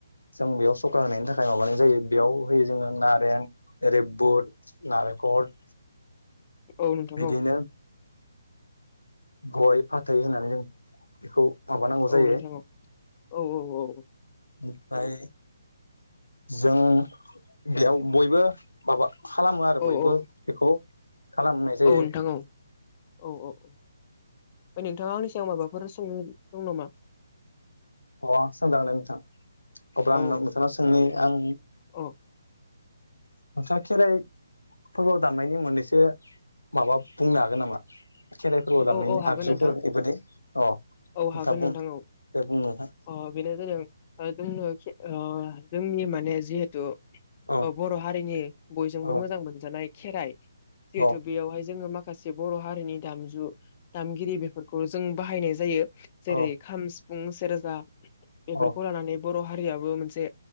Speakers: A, on the left (about 80°); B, on the left (about 30°).
A: जों बेयाव सखा होनायनि थाखाय माबानाय जायो। बेयाव होयो जोङो नारें ओरै बुद, नारेंखल <inaudible>
B: औ नोंथां
A: बिदिनो
B: औ।
A: गय- फाथै होननानै जों बेखौ माबानांगौ
B: औ
A: जायो।
B: नोंथां औ औ औ औ।
A: ओमफ्राय जों बेयाव बयबो माबा खालामो आरो
B: औ
A: बयबो
B: औ
A: बेखौ खालामनाय जायो
B: औ नोंथां औ औ औ औ। ओमफ्राय नोंथाङा आंनि सिगां माबाफोर सोंनो दं नामा?
A: अ सोंदां दे नोंथां अब्ला
B: औ
A: आंनाव नोंथांनाव सोंनि आं
B: औ
A: नोंथाङा खेराइ फोरबोआव दामनायनि मोननैसो माबा बुंनो हागोन नामा? खेराइ फोरबोआव दामनायनि
B: औ औ हागोन
A: आगजुफोर
B: नोंथां
A: इफोरदि अ
B: औ
A: नोंथाङा
B: हागोन
A: बुं
B: नोंथां औ।
A: दे बुं नोंथां
B: अ बेनो जादों ओ जोंनो <unintelligible> ओ जोंनि माने जिहेथु
A: अ
B: बर' हारिनि बयजोंबो
A: अ
B: मोजां मोनजानाय खेराइ जिहेथु
A: अ
B: बेयावहाय जोङो माखासे बर' हारिनि दामजु दामगिरि बेफोरखौ जों बाहायनाय जायो जेरै-
A: अ
B: खाम, सिफुं, सेरजा बेफोरखौ
A: अ
B: लानानै बर' हारियाबो मोनसे